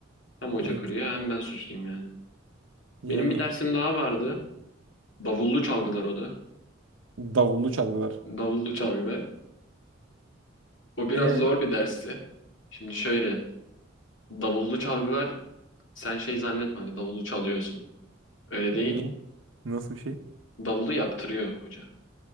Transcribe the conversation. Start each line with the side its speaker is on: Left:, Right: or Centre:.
Left: Hem hoca
Right: Evet.
Left: kırıyor hem ben suçluyum yani.
Right: Yani
Left: Benim bir dersim daha vardı. Davullu çalgılar o da.
Right: davullu çalgılar.
Left: Davullu çalgılar. O biraz
Right: E
Left: zor bir dersti. Şimdi şöyle. Davullu çalgılar sen şey zannetme hani davulu çalıyorsun. Öyle değil.
Right: Ne? nasıl bir şey?
Left: Davulu yaptırıyor hoca.